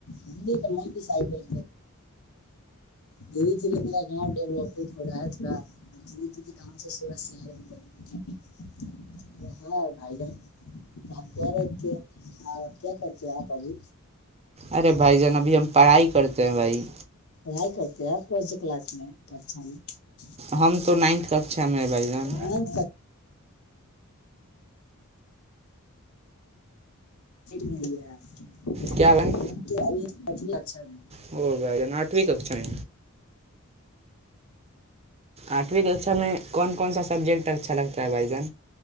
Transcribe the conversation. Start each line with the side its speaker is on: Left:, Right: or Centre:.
Left: ہمم کا مائ پی س آاہپک دھیرے دھیرے ما گاؤں ڈیولپ ہو رہا ہے تھوڑا د دے گاؤں سے سورت شہر میں بدلا بھائی جان آپ کہہ رہے کہ کیا کرتے ہیں آپ ابھی
Right: ارے بھائی جان ابھی ہم پڑھائی کرتے ہیں بھائی
Left: آئیت <unintelligible> کیا پروجیکٹ لاکنے پچھا میں <unintelligible>
Right: ہم تو نائنتھ ککچا میںے بھائی جان
Left: ہم م میا
Right: کیا بھائی
Left: <unintelligible> ابھی ا اچھا <unintelligible>
Right: او بھائی جان آٹھویں ککشا میں آٹھویں کے ککا میں کون کون سا سبجیکٹ اچھا لگتا ہے بھائی جان